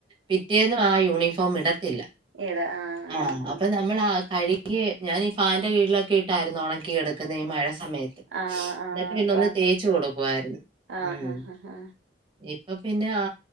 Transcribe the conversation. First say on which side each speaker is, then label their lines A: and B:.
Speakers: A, on the right; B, on the right.
A: പിറ്റേന്നും ആ യൂണിഫോം ഇട തില്ല
B: എടാ ആഹ്
A: ആ അപ്പൊ നമ്മൾ ആ കഴുകിയ ഞാൻ ഈ ഫാൻന്റെ കീഴിലൊക്കെ ഇട്ടായിരുന്നു ഉണക്കിെടുക്കുന്ന ഈ മഴ സമയത്തൊക്കെ സമയത്ത്
B: ആഹ്
A: എന്നിട്ട്
B: ആഹ് ആഹ് ആഹ് അത്
A: പിന്ന
B: പാ
A: ഒന്ന് തേച്ച കൊടുക്കമായിരുന്നു
B: ആഹാഹാഹാ
A: ഉം ഇപ്പൊ പിന്നെ ആ